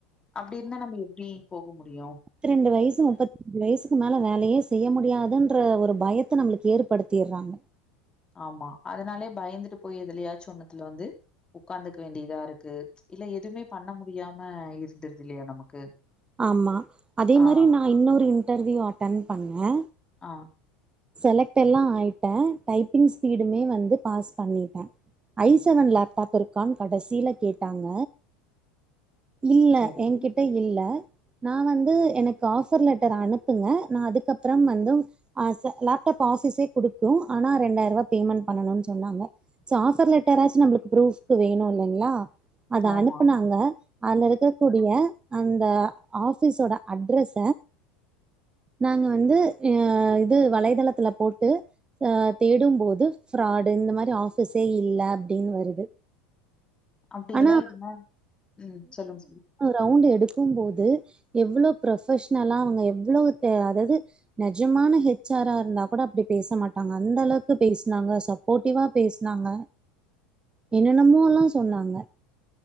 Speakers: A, on the left (about 20°); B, on the right (about 20°).
A: அப்டி இருந்தா நம்ம எப்டி போக முடியு
B: த் ரெண்டு வயசு முப்பத் ஒரு வயசுக்கு மேல வேலயே செய்ய முடியாதுன்ற ஒரு பயத்த நம்ளுக்கு ஏற்படுத்திர்றாங்க
A: ஆமா அதனாலேயே பயந்துட்டு போய் எதுலயாச்சு ஒண்ணுத்துல வந்து உக்காந்துக்க வேண்டியதா இருக்கு இல்ல எதுமே பண்ண முடியாம இருந்துருது இல்லையா நமக்கு
B: ஆமா அதே
A: ஆ,
B: மாரி நா இன்னொரு இன்டர்வியூ அட்டன் பண்ணே
A: ஆ
B: செலக்ட் எல்லா ஆய்ட்டே டைப்பிங் ஸ்பீடுமே வந்து பாஸ் பண்ணிட்டே ஐசெவன் லேப்டாப் இருக்கான் கடைசில கேட்டாங்க இல்ல
A: சரிங்க.
B: என்கிட்ட இல்ல நா வந்து எனக்கு ஆஃபர் லட்டர் அனுப்புங்க நான் அதுக்கப்பறம் வந்து ஆச லேப்டாப் ஆஃபிஸே குடுக்கு ஆனா ரெண்டாயிர்வா பேமெண்ட் பண்ணணுன் சொன்னாங்க ச ஆஃபர் லட்டர்ராச்சு நம்மளுக்கு ப்ரூஃப்க்கு வேணு இல்லைங்ளா அத
A: ஆமா.
B: அனுப்புனாங்க அங்க இருக்க கூடுவ அந்த ஆஃபிஸோட அட்ரஸ நாங்க வந்து இது வலைத்தளத்துல போட்டு அ தேடும்போது ஃப்ராடு இந்த மாரி ஃஆபிஸே இல்ல அப்டின் வருது
A: அப்டியெல்லா
B: ஆனா
A: இருந்தா ம் சொல்லுங்க சொல்லு
B: ரவுண்டு எடுக்கும் போது எவ்ளோ ப்ரொஃபெஷனலா அவுங்க எவ்ளோ தெ அதாவ்து நெஜமான ஹெச் ஆர் ரா ந்தா கூட அப்டி பேச மாட்டாங்க அந்த அளவுக்கு பேசினாங்க சப்போர்ட்டிவா பேசுனாங்க என்னென்னமோலா சொன்னாங்க